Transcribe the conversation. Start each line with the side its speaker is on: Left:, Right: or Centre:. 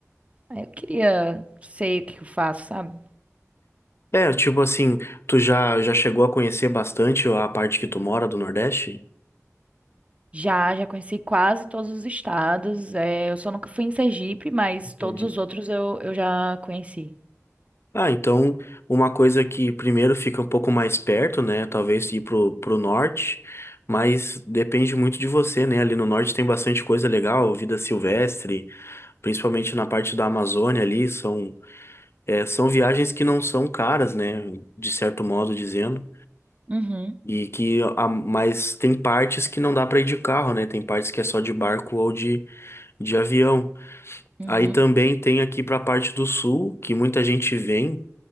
Right: Aí eu queria sei o que que eu faço, sabe?
Left: É, tipo assim, tu já, já chegou a conhecer bastante a parte que tu mora do Nordeste?
Right: Já, já conheci quase todos os estados. é, eu só nunca fui em Sergipe, mas
Left: Entendi.
Right: todos os outros eu, eu já conheci.
Left: Ah, então, uma coisa que primeiro fica um pouco mais perto, né? Talvez ir pro, pro norte, mas depende muito de você, né? Ali no norte tem bastante coisa legal, vida silvestre, principalmente na parte da Amazônia ali, são, é, são viagens que não são caras, né? De certo modo dizendo.
Right: Uhum,
Left: E que a, mas tem partes que não dá para ir de carro, né? Tem partes que é só de barco ou de, de avião.
Right: uhum,
Left: Aí também tem aqui para a parte do sul, que muita gente vem,